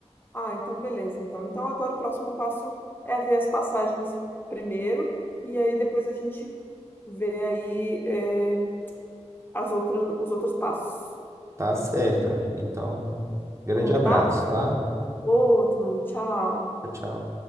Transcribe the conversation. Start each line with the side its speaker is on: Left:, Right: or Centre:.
Left: ah, então beleza. Então, então agora o próximo passo é ver as passagens primeiro, e aí depois a gente vê aí eh, as outras, os outros passos.
Right: Tá certo, amigo. Então, grande
Left: Combinado?
Right: abraço, tá?
Left: Outro, tchau.
Right: Tchau, tchau.